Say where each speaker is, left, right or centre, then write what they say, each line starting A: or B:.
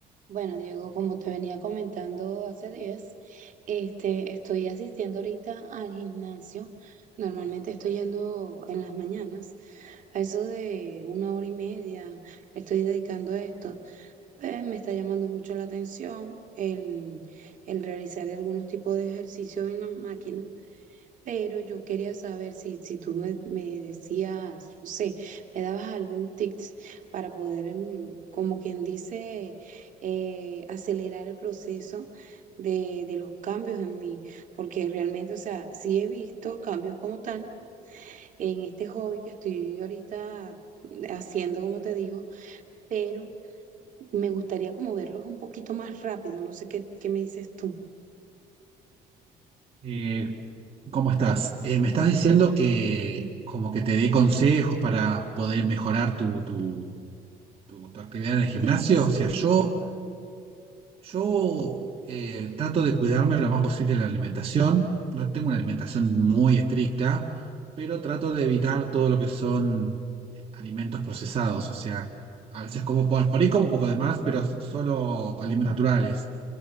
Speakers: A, on the right; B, on the right.
A: Bueno, Diego, como te venía comentando hace días, este, estoy asistiendo ahorita al gimnasio. Normalmente estoy yendo en las mañanas, a eso de una hora y media, estoy dedicando a esto. Eh, me está llamando mucho la atención el, el realizar algunos tipos de ejercicios en las máquinas. Pero yo quería saber si, si tú me, me decías, no sé, me dabas algún tips para poder, mm, como quien dice, eh, acelerar el proceso de, de los cambios en mí, porque realmente, o sea, sí he visto cambios como tal en este hobby que estoy ahorita haciendo, como te digo, pero me gustaría como verlos un poquito más rápido, no sé qué, qué me dices tú.
B: Eh, ¿cómo estás? Eh, me estás diciendo que
A: Bien, bien.
B: como que te dé consejos para poder mejorar tu, tu- tu- tu actividad en el gimnasio.
A: Sí, sí,
B: O sea, yo, yo eh, trato de cuidarme lo más posible en la alimentación. No tengo una alimentación muy estricta, pero trato de evitar todo lo que son alimentos procesados. O sea, a veces como por, por ahí como un poco de más, pero solo alimentos naturales.